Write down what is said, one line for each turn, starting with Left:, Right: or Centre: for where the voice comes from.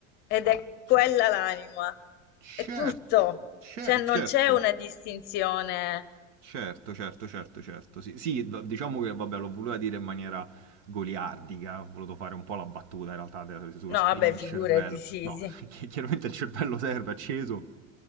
Left: ed
Right: Ah,
Left: è
Right: certo.
Left: quella l'anima.
Right: Certo,
Left: È tutto.
Right: cer-
Left: Cioè non
Right: certo,
Left: c'è una distinzione.
Right: certo, certo, certo, certo. Sì, sì, d- diciamo che vabbè, l'ho voluta dire in maniera goliardica, ho voluto fare un po' la battuta in realtà de- sullo
Left: No,
Right: spegni
Left: vabbè,
Right: il
Left: figurati,
Right: cervello.
Left: sì,
Right: No,
Left: sì.
Right: <laughs> chi- chiaramente il cervello serve, è acceso,